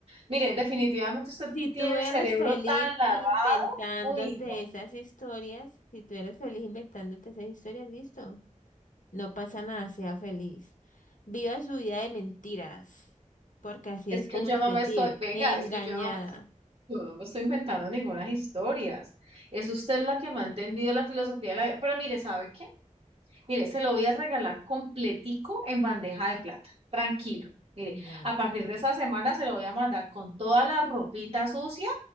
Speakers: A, on the right; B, on the left.
A: Mire, definitivamente usted
B: si tú
A: tiene
B: eres
A: el cerebro
B: feliz
A: tan lavado.
B: inventándote
A: Uy, no.
B: esas historias, si tú eres feliz inventándote esas historias, listo. No pasa nada, sea feliz. Viva su vida de mentiras, porque así
A: Es
B: es
A: que
B: como
A: yo
B: usted
A: no me estoy,
B: vive,
A: venga,
B: engañada.
A: es que yo no me, yo no me estoy inventando ninguna historias. Es usted la que me ha entendido la filosofía de la vida. Pero mire, ¿sabe Mire, se lo voy a regalar completico en bandeja de plata. Tranquilo. Mire,
B: Bueno,
A: a partir de esa semana se lo voy a mandar con toda la ropita sucia